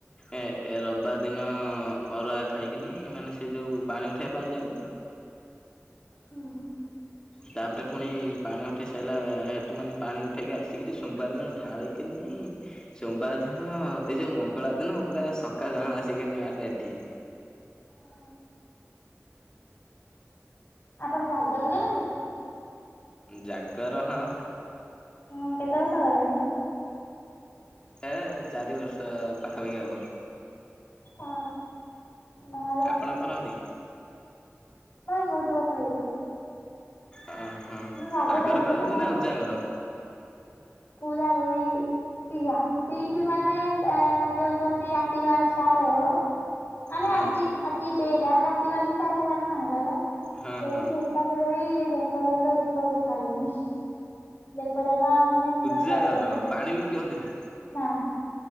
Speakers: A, on the left; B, on the left.
A: ଏ ଏ ରବିବାର ଦିନ ଅରୁଆ ଖାଇକିନି ମାନେ ସେ ଯୋଉ ପାଣି ଉଠେଇବା ପାଇଁ ଯାଉ
B: ହୁଁ ହୁଁ
A: ତାପରେ ପୁଣି ପାଣି ଉଠେଇ ସାରିଲା ହେତୁ ମାନେ ପାଣି ଉଠେଇକା ଆସିକିରି ସୋମବାର ଦିନ ଢାଳି କିନି, ସୋମବାର ଦିନ ଏଇ ଯୋଉ ମଙ୍ଗଳବାର ଦିନ ପୁରା ସକାଳବେଳା ଆସିକି ନିଆନ ଏଠି
B: ହୁଁ ଆପଣ ଗାତ ଲଗେଲାନି?
A: ଜାଗର ହଁ।
B: ହୁଁ କେତେ ବର୍ଷ ହେଲାଣି?
A: ଏ ଚାରି ବର୍ଷ ପାଖାପାଖି ହବ।
B: ଓ ହୋ,
A: ଆପଣ କରନ୍ତି?
B: ମୋର ବହୁତ ବର୍ଷ ହେଇଯିବ।
A: ଓହୋ
B: ମୁଁ
A: ଜାଗର
B: ଏଇଥିପାଇଁ
A: କରନ୍ତି ନା ଉଜାଗର?
B: ପୁରା ପୁରୀ ଇଏ ରାତିଠୁ ମାନେ ତାର ଯୋଉ କୁହନ୍ତି ରାତି ବା ଷ୍ଟାର୍ଟ ହବ। ଆମେ
A: ହଁ
B: ଆଜି ଆଜି ଦିଟା ରାତିି ବାରୁ ଷ୍ଟାର୍ଟ ହେବନା ନାଇଁ ହେବା ସେଇଠି।
A: ହଁ ହଁ।
B: ପାଖରେ ରହି ଯେ ଯେତେପର୍ଯନ୍ତ ଦୀପ ଉଠାଏ ନାହି ଯେପର୍ଯନ୍ତ ମାନେ ପ୍ରସାଦ
A: ଜାଗର
B: ଯାଇନି
A: ପାଣି ବି ପିଅନ୍ତିନି?
B: ନା।